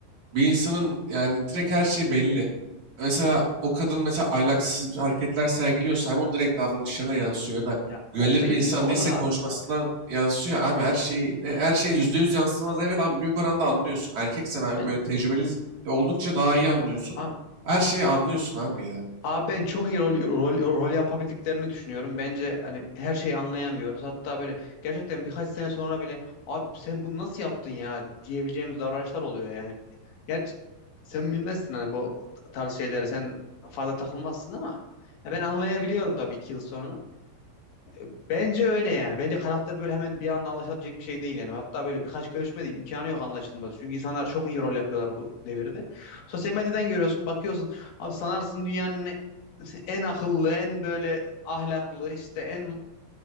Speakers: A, on the right; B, on the left.
A: Bir insanın yani direkt her şey belli. Mesela o kadın mesela ahlaksız hareketler sergiliyorsa abi o direkt davranışlarına yansıyor ya da
B: Ya
A: güvenilir
B: o belli
A: bir insan
B: olur
A: değilse
B: abi
A: konuşmasından
B: zaten.
A: yansıyor. Abi her şeyi e, her şey %100 yansımaz evet ama büyük oranda anlıyorsun. Erkeksen abi
B: Ben
A: böyle tecrübeli de oldukça daha iyi anlıyorsun.
B: ha,
A: Her şeyi anlıyorsun abi ya.
B: Abi ben çok iyi rol, rol, rol yapabildiklerini düşünüyorum. Bence hani her şeyi anlayamıyoruz. Hatta böyle gerçekten birkaç sene sonra bile abi sen bunu nasıl yaptın ya diyebileceğimiz davranışlar oluyor yani. Gerçi sen bilmezsin hani bu tarz şeylere sen fazla takılmazsın ama ya ben anlayabiliyorum tabii iki yıl sonra. Bence öyle yani. Bence karakter böyle hemen bir anda anlaşılabilecek bir şey değil yani. Hatta böyle birkaç görüşmede imkanı yok anlaşılması. Çünkü insanlar çok iyi rol yapıyorlar bu devirde. Sosyal medyadan görüyorsun, bakıyorsun. Abi sanarsın dünyanın en akıllı, en böyle ahlaklı, işte en